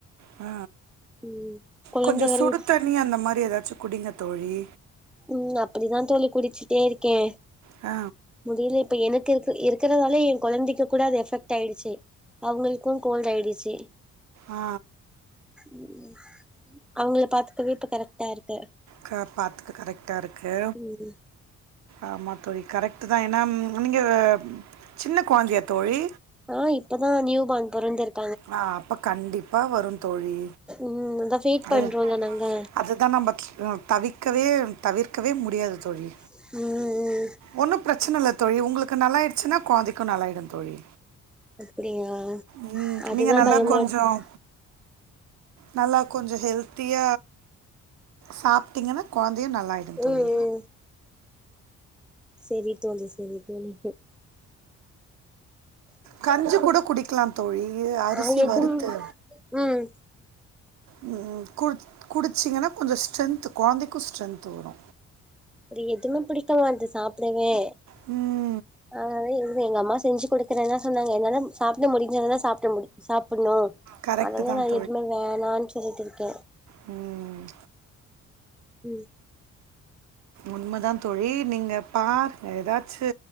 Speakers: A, on the right; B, in the centre.
A: ஆ
B: ம் கொழந்த
A: கொஞ்சோ
B: வேற
A: சுடு
B: விட்டு
A: தண்ணி அந்த மாரி ஏதாச்சு குடிங்க தோழி
B: ம் அப்டிதா தோழி குடிச்சுட்டே இருக்கே
A: ஆ
B: முடில இப்ப எனக்கு இருக்கு இருக்கிறதாலே எ கொழந்தைக்கு கூட அது எஃப்பெக்டாயிருச்சு அவுங்களுக்கு கோல்டாயிச்சி
A: ஆ
B: ம், அவங்கள பாத்துக்கவே இப்ப கரெக்டா இருக்கு
A: க பாத்துக்க கரெக்டா இருக்கு,
B: ம்
A: ஆமா தோழி கரெக் ட்டுதா ஏன்னா நீங்க சின்ன கொழந்தையா தோழி
B: ஆ இப்பதா நியூ பார்ன் பொறந்துருக்
A: ஆ அப்போ கண்டிப்பா வரு தோழி
B: ம் அதா ஃபீட்
A: அ
B: பண்றோல்ல நாங்க
A: அதுதா நம்ப ம் தவிக்கவே தவிர்க்கவே முடியாது தோழி
B: ம்‌, ம்
A: ஒன்னு பிரச்சன இல்ல தோழி உங்களுக்கு நல்லாயிடுச்சினா கொழந்தைக்கு நல்லாயிடு தோழி
B: அப்டியா,
A: ம்
B: அதுதா
A: நீங்க நல்லா
B: பயமா
A: கொஞ்சம்
B: இருக்கு
A: நல்லா கொஞ்சோ ஹெல்த்திய சாப்ட்டிங்கன்னா கொழந்தையு நல்லாயிடும் தோழி
B: ம் ம் செரி தோழி செரி தோழி
A: கஞ்சி கூட குடிக்கலா தோழி அரிசி
B: ஆ எதும்
A: வறுத்து
B: ம்
A: ம், கு குடிச்சிங்கன்னா கொஞ்சோ ஸ்ட்ரென்த் கொழந்தைக்கு ஸ்ட்ரென்த் வரு
B: அது எதுவுமே பிடிக்கமாட்டுது சாப்டவே
A: ம்
B: அதனாலதா எது எங்கம்மா செஞ்சு குடுக்குறேன்தா சொன்னாங்க என்னால சாப்ட முடிஞ்சாதான சாப்ட முடியு சாப்புணு
A: கரெக்டு
B: அதல்லா
A: தான்
B: நா எதுவுமே வேணான்னு சொல்லிட்டு இருக்கே
A: ம்
B: ம்
A: உண்மதா தோழி நீங்க பாருங்க ஏதாச்சு